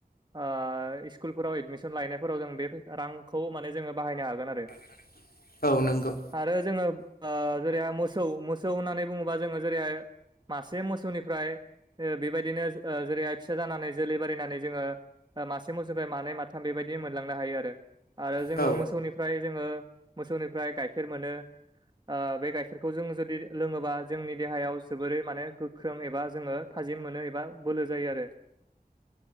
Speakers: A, on the right (about 30°); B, on the left (about 75°).
A: ओ स्कुलफोराव एडमिसन लायनायफोराव जों बे रांखौ माने जोङो बाहायनो हागोन आरो।
B: <inaudible> औ नंगौ
A: आरो जोङो जेरैहाय मोसौ मोसौ होननानै बुङोबा जोङो जेरैहाय मासे मोसौनि ओमफ्राय ओ बेबायदिनो जेरैहाय फिसा जानानै जोलै बारिनानै जोङो ओ मासे मोसौनिफ्राय मानै माथाम बेबायदि मोनलांनो हायो आरो जोङो
B: औ
A: मोसौनि ओमफ्राय जोङो मोसौनिफ्राय गाइखेर मोनो ओ बे गाइखेरखौ जों जुदि लोङोबा जोंनि देहायाव जोबोरै माने गोख्रों एबा जोङो थाजिम मोनो एबा बोलो जायो आरो